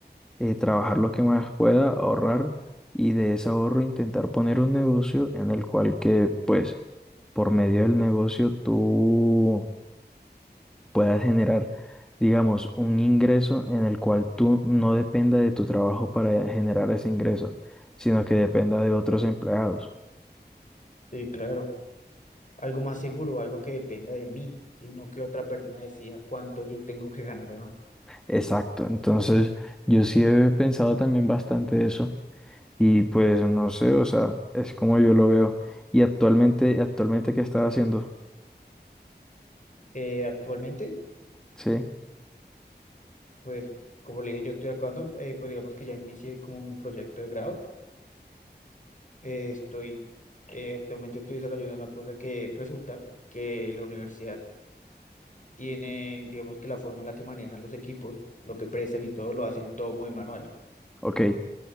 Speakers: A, in the centre; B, on the left.
A: eh, trabajar lo que más pueda, ahorrar y de ese ahorro intentar poner un negocio en el cual que, pues, por medio del negocio tú puedas generar, digamos, un ingreso en el cual tú no dependa de tu trabajo para generar ese ingreso, sino que dependa de otros empleados.
B: Sí, claro. Algo más seguro, algo que dependa de mí, sino que otra persona decida cuánto yo tengo que ganar o no.
A: Exacto, entonces yo sí he pensado también bastante eso y pues no sé, o sea, es como yo lo veo. Y actualmente, actualmente ¿qué estás haciendo?
B: Eh, actualmente,
A: Sí,
B: pues, como le dije, yo estoy acabando, eh, pues digamos que ya inicié como mi proyecto de grado. Eh, estoy, eh, actualmente estoy desarrollando una cosa que resulta que la universidad tiene, digamos que la forma en la que manejan los equipos, lo que prestan y todo, lo hacen todo muy manual.
A: ok,